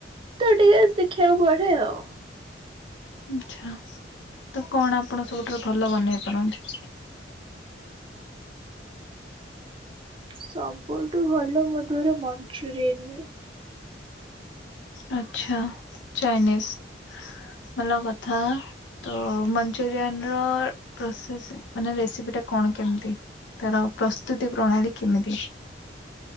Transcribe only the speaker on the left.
ଆଛା ତ କଣ ଆପଣ ସବୁଠାରୁ ଭଲ ବନେଇ ପାରନ୍ତି?
ଆଚ୍ଛା ଚାଇନିଜ ଭଲା କଥା। ତ ମଞ୍ଚୁରିଆନ ର ପ୍ରସେସ୍ ମାନେ ରେସିପି ଟା କଣ କେମତି? ତାର ପ୍ରସ୍ତୁତି ପ୍ରଣାଳୀ କେମିତି?